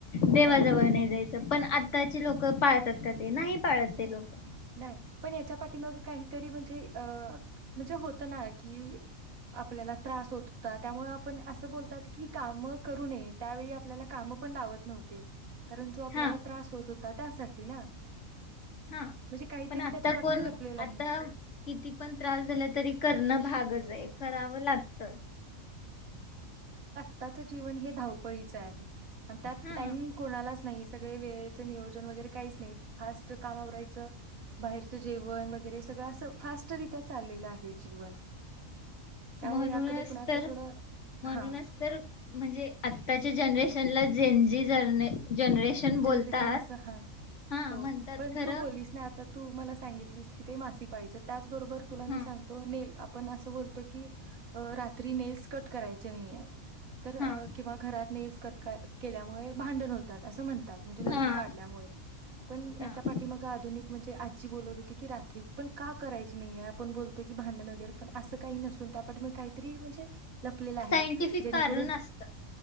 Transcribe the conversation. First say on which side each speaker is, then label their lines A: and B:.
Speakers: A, on the left; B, on the right.
A: देवाजवळ
B: हां.
A: नाही जायच पण आताची लोक पाळतात का ते नाही पाळत लोक
B: नाही पण याच्या पाठिमाग काहितरी म्हणजे अ म्हणजे होत ना एक की आपल्याला त्रास होत होता. त्यामुळ अस बोलतात की आपण काम करू नये. त्यावेळेला आपल्याला काम पण लावत नव्हते. कारण तो आपल्याला
A: हा
B: त्रास होत होता त्यासाठी ते ना
A: हा
B: म्हणजे काहीतरी
A: पण आता
B: त्याच्या पाठीमाग
A: कोण
B: लपलेलं आहे
A: आता किती पण त्रास झाल तरी करण भागच आहे. लई करावं लागतं.
B: ताचं जीवन हे धावपळीचं आहे. आता
A: हा
B: टाईम कोणालाच नाही सगळे वेळेचे नियोजन वगैरे काहीच नाही फास्ट काम आवरायचं बाहेरचं जेवण वगैरे सगळं असं फास्ट रित्या चाललेलं आहे जीवन. त्यामुळे
A: म्हणूनच
B: याकडे कोणाचं
A: तर
B: थोडं
A: म्हणूनच
B: हा
A: तर म्हणजे आत्ताच्या जनरेशनला झेन-झी जरणे जनरेशन बोलतात.
B: जनरेशन असं हा,
A: हा
B: हो
A: म्हणतात
B: पण
A: खरं
B: तू बोललीस ना आता हो मला सांगितलिस की ते मासीक पाळीचं त्याचबरोबर तूला मी
A: हा
B: सांगतो नेल आ पण असं बोलतो की, अ रात्री नेल्स कट करायचे नाहीयेत. तर अ
A: हा
B: किंवा घरात नेल्स कट काय केल्यामुळे भांडण होतं त्यात असं म्हण त्यात म्हणजे नखं
A: हा
B: काढल्यामुळे पण याच्या
A: हा.
B: पाठीमागं आधुनिक म्हणजे आ ची बोलत होते की रात्री पण का करायचं नाहीये? आपण बोलतो की भांडण वगैरे पण असं काही नसून त्या पाठीमागे काहीतरी म्हणजे लपलेला आहे.
A: सायंटिफिक
B: जेणेकरून
A: कारण असतं.